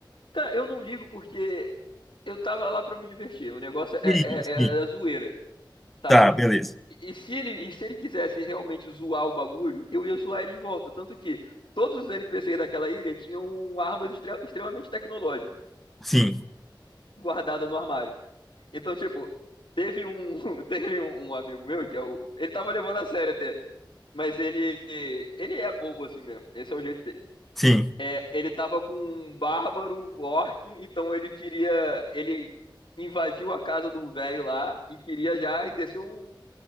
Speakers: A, on the left; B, in the centre.
A: Cara, eu não ligo porque eu tava lá pra me divertir. O negócio é,
B: Sim,
A: é, é
B: sim.
A: a zoeira, sabe?
B: Tá, beleza.
A: E se ele, e se ele quisesse realmente zoar o bagulho, eu ia zoar ele de volta. Tanto que todos os NPCs daquela ilha tinham armas extre- extremamente tecnológicas
B: Sim,
A: guardadas no armário. Então, tipo, teve um, <laughs> teve um, um amigo meu que é o, ele tava levando a sério até, mas ele, ele é bobo assim mesmo. Esse é o jeito dele.
B: sim.
A: É, ele tava com um bárbaro orc, então ele queria, ele invadiu a casa de um velho lá e queria já descer o,